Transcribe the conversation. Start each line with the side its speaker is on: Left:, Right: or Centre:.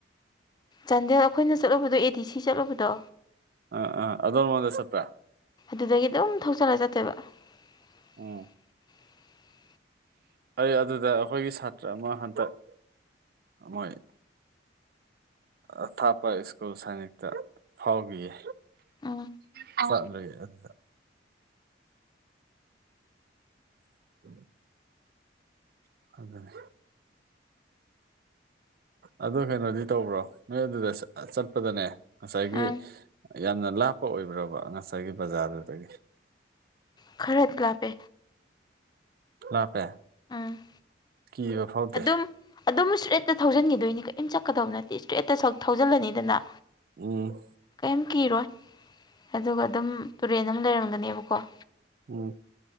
Left: ꯆꯥꯟꯗꯦꯜ ꯑꯩꯈꯣꯏꯅ ꯆꯠꯂꯨꯕꯗꯣ ꯑꯦ ꯗꯤ ꯁꯤ ꯆꯠꯂꯨꯕꯗꯣ
Right: ꯑ ꯑ ꯑꯗꯣꯝ ꯂꯣꯝꯗ ꯆꯠꯄꯔꯥ
Left: ꯑꯗꯨꯗꯒꯤ ꯑꯗꯨꯝ ꯊꯣꯛꯧꯆꯜꯂꯒ ꯆꯠꯇꯧꯕ <inaudible>
Right: ꯎꯝ ꯑꯩ ꯑꯗꯨꯗ ꯑꯩꯈꯣꯏꯒꯤ ꯁꯥꯇ꯭ꯔ ꯑꯃ ꯍꯟꯇꯛ ꯍꯣꯏ ꯑꯊꯥꯞꯄ ꯁ꯭ꯀꯨꯜ ꯁꯅꯤꯛꯇ ꯐꯥꯎꯕꯤꯌꯦ꯫
Left: ꯎꯝ
Right: ꯆꯇꯂꯦ ꯑꯗꯨ <inaudible> <inaudible> ꯑꯗꯨ ꯀꯩꯅꯣꯗꯤ ꯇꯧꯕ꯭ꯔꯣ ꯅꯣꯏ ꯑꯗꯨꯗ ꯆꯠꯄꯗꯅꯦ ꯉꯁꯥꯏꯒꯤ
Left: ꯎꯝ
Right: ꯌꯥꯝꯅ ꯂꯥꯞꯄ ꯑꯣꯏꯕ꯭ꯔꯕ ꯉꯁꯥꯏꯒꯤ ꯕꯖꯥꯔꯗꯨꯗꯒꯤ
Left: ꯈꯔꯗꯤ ꯀꯥꯞꯄꯦ꯫
Right: ꯂꯥꯞꯄꯦ
Left: ꯎꯝ
Right: ꯀꯤꯕ ꯐꯥꯎꯗꯦ
Left: ꯑꯗꯨꯝ ꯑꯗꯨꯝ ꯏꯁꯇ꯭ꯔꯦꯠꯇ ꯊꯧꯖꯤꯟꯈꯤꯗꯣꯏꯅꯤ ꯀꯔꯤꯝ ꯆꯠꯀꯗꯧꯕ ꯅꯠꯇꯦ ꯏꯁꯇ꯭ꯔꯦꯠꯇ ꯊꯧꯖꯤꯜꯂꯅꯤꯗꯅ
Right: ꯎꯝ
Left: ꯀꯩꯝ ꯀꯤꯔꯣꯏ ꯑꯗꯨꯒ ꯑꯗꯨꯝ ꯇꯨꯔꯦꯟ ꯑꯃ ꯂꯩꯔꯝꯒꯅꯦꯕꯀꯣ
Right: ꯎꯝ